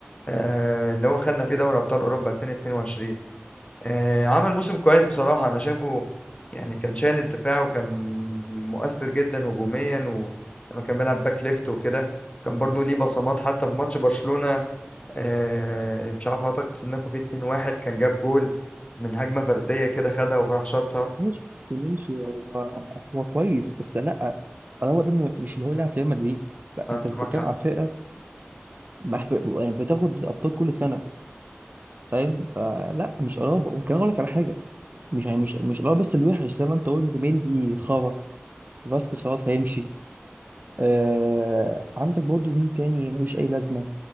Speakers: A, on the left; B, on the right.
A: آه اللي هو خدنا فيه دوري أبطال أوروبا 2022 آه عمل موسم كويس بصراحة أنا شايفه يعني كان شايل الدفاع وكان مؤثر جدا هجوميا ولما كان بيلعب باك ليفت وكده كان برضو ليه بصمات حتى في ماتش برشلونة آه، مش عارف حضرتك سنكو في 2-1 كان جاب جول من هجمة فردية كده خدها وراح شاطها
B: ماشي ماشي هو هو كويس بس لا الابا ده م- مش اللي هو يلعب في ريال مدريد لا
A: فأنت
B: انت بتتكلم
A: معاك حق
B: على فرقه بح- يعني بتاخد الابطال كل سنه فاهم فلا مش قرابه وكان اقول لك على حاجه مش يعني مش مش قرابه بس الوحش زي ما انت قلت مندي خرا فاسكيز خلاص هيمشي آه عندك برضه مين تاني ملوش اي لازمه